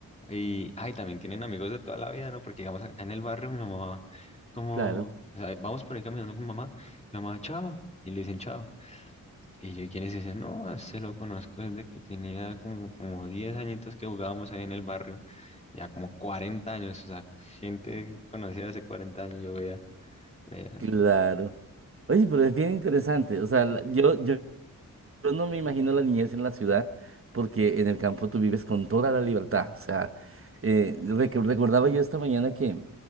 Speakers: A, on the left; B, on the right.
A: Y, ay, también tienen amigos de toda la vida, ¿no? Porque digamos acá en el barrio mi mamá, como,
B: claro,
A: o sea, vamos por ahí caminando con mamá, y mamá, chao, y le dicen chao. Y yo, ¿y ¿quiénes dicen? No, se lo conozco desde que tenía como, como diez añitos que jugábamos ahí en el barrio ya como 40 años, o sea, gente conocida hace 40 años, yo veía, veía.
B: claro. Oye, pero es bien interesante. O sea, la- yo, yo, yo no me imagino la niñez en la ciudad, porque en el campo tú vives con toda la libertad. O sea, eh, recu- recordaba yo esta mañana que